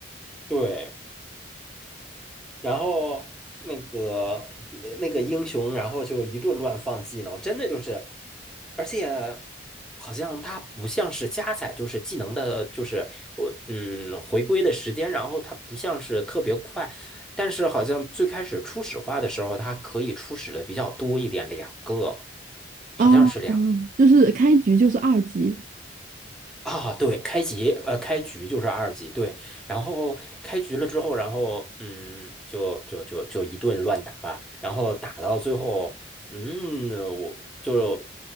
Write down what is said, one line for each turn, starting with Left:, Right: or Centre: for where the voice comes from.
Centre: 对，然后那个那那个英雄，然后就一顿乱放技能，真的就是，而且好像它不像是加载，就是技能的，就是我嗯回归的时间，然后它不像是特别快，但是好像最开始初始化的时候，它可以初始的比较多一点，两个
Right: 啊，
Centre: 好像是两
Right: 嗯就是开局就是二级。
Centre: 啊，对，开局呃，开局就是二级，对，然后开局了之后，然后嗯，就就就就一顿乱打吧，然后打到最后，嗯，我就